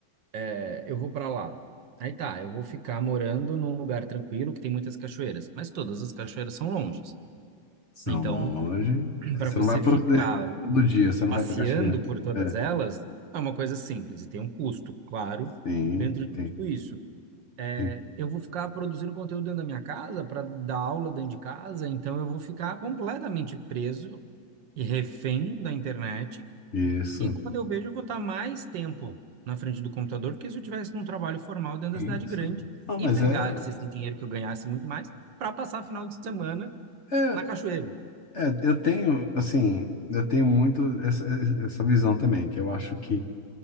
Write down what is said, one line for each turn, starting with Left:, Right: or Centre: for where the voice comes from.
Right: é, eu vou para lá. Aí tá, eu vou ficar morando num lugar tranquilo que tem muitas cachoeiras, mas todas as cachoeiras são longes.
Left: São
Right: Então,
Left: longe.
Right: <clears throat> para
Left: Você
Right: você
Left: não vai pro,
Right: ficar
Left: todo dia, você não
Right: passeando
Left: vai para Caxias.
Right: por todas
Left: É.
Right: elas, é uma coisa simples e tem um custo, claro,
Left: Sim,
Right: dentro de
Left: tem,
Right: tudo isso. É,
Left: tem.
Right: eu vou ficar produzindo conteúdo dentro da minha casa para dar aula dentro de casa, então eu vou ficar completamente preso e refém da internet
Left: Isso,
Right: e quando eu vejo, eu vou estar mais tempo na frente do computador do que se eu tivesse num trabalho formal dentro
Left: isso.
Right: da cidade grande
Left: ah mas
Right: e pegasse
Left: é,
Right: esse dinheiro que eu ganhasse muito mais para passar final de semana
Left: é,
Right: na cachoeira.
Left: é, eu tenho, assim, eu tenho muito essa, essa visão também, que eu acho que